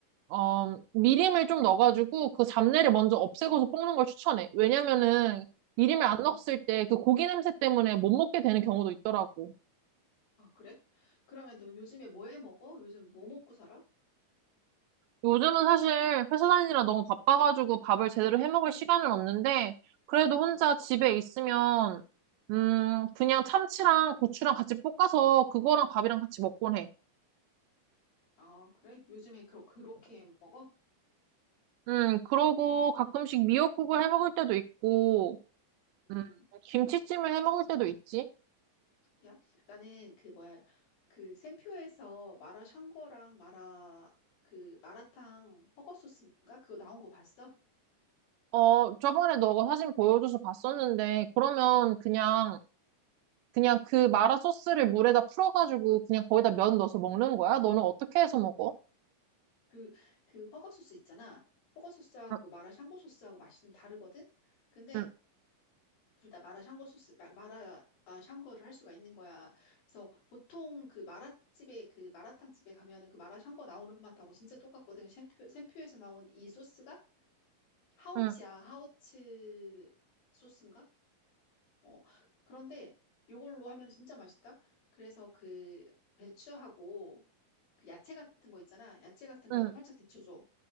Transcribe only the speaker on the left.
응.
아, 그래? 그러면 넌 요즘에 뭐해 먹어? 요즘 뭐 먹고 살아?
음.
아, 그래? 요즘에 그, 그렇게 먹어?
응,
야. 나는 그 뭐야, 그 샘표에서 마라 샹궈랑 마라, 그 마라탕 허거 소스인가? 그거 나온 거 봤어?
그, 그 허거 소스 있잖아. 허거 소스하고
마라 샹궈 소스하고 맛이 좀 다르거든? 근데
둘 다 마라 샹궈 소스, 마, 마라, 아, 샹궈를 할 수가 있는 거야. 그래서 보통 그 마라집에, 그 마라탕 집에 가면은 그 마라 샹궈 나오는 맛하고 진짜 똑같거든. 샘표, 샘표에서 나온 이 소스가? 하우츠야,
하우츠 소스인가? 어, 그런데 이걸로 하면 진짜 맛있다. 그래서 그 배추하고 그 야채 같은 거 있잖아. 야채 같은
거를 살짝 데쳐줘.